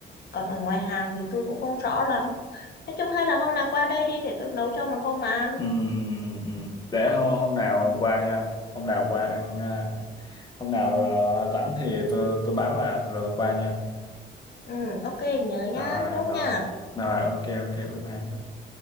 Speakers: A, on the left; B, on the left.
A: còn ở ngoài hàng thì tôi cũng không rõ lắm nói chung hay là hôm nào qua đây đi để tôi nấu cho một hôm mà ăn
B: Ừ, ừ, ừ, ừ. để hôm, hôm nào qua nha hôm nào qua ăn à, hôm nào ờ, rảnh thì tôi tôi báo bà rồi tôi qua nha
A: ừ ok nhớ nhá
B: rồi
A: chốt
B: rồi
A: nha
B: rồi ok ok bye bye